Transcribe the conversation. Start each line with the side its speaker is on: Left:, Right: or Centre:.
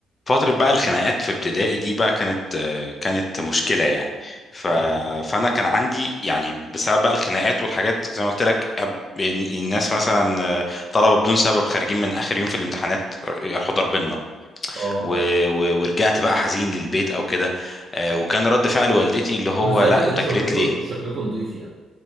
Left: فترة بقى الخناقات في ابتدائي دي بقى كانت كانت مشكلة يعني ف... فأنا كان عندي يعني بسبب بقى الخناقات والحاجات زي ما قلت لك أب- الناس مثلا طلبة بدون سبب خارجين من آخر يوم في الامتحانات يروحوا ضاربيننا
Right: اه
Left: و... و... ورجعت بقى حزين للبيت أو كده آه، وكان رد فعل والدتي اللي هو
Right: بالذات
Left: لا
Right: ان
Left: أنت
Right: انتوا
Left: جريت
Right: شغلكم
Left: ليه؟
Right: شكلكم نظيف يعني